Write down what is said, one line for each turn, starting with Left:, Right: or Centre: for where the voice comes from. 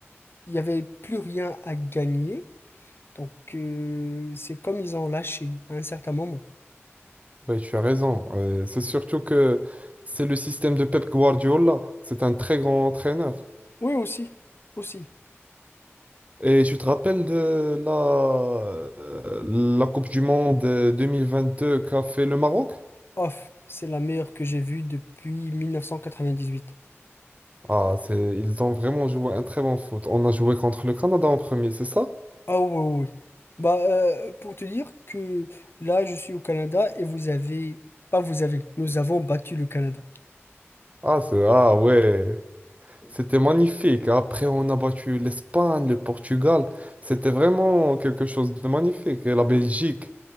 Left: il y avait plus rien à gagner. Donc euh, c'est comme ils ont lâché à un certain moment.
Right: Oui, tu as raison. Euh, c'est surtout que c'est le système de Pep Guardiola. C'est un très grand entraîneur.
Left: Oui, aussi, aussi.
Right: Et tu te rappelles de la, euh, la Coupe du Monde euh, 2022 qu'a fait le Maroc?
Left: Off, c'est la meilleure que j'ai vue depuis 1998.
Right: Ah, c'est, ils ont vraiment joué un très bon foot. On a joué contre le Canada en premier, c'est ça?
Left: Ah oui, oui, oui. Bah, euh, pour te dire que là, je suis au Canada et vous avez... Pas vous avez, nous avons battu le Canada.
Right: Ah, c'est, ah ouais. C'était magnifique. Après, on a battu l'Espagne, le Portugal. C'était vraiment quelque chose de magnifique. Et la Belgique.